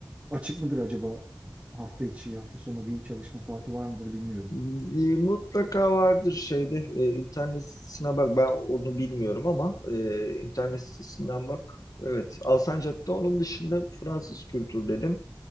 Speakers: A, on the right; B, on the left.
A: açık mıdır acaba? Hafta içi, hafta sonu bir çalışma saati var mıdır bilmiyorum.
B: e, mutlaka vardır şeyde e, internet sitesine bak ben onu bilmiyorum ama e, internet sitesinden bak. Evet Alsancak'ta onun dışında Fransız kültür dedim.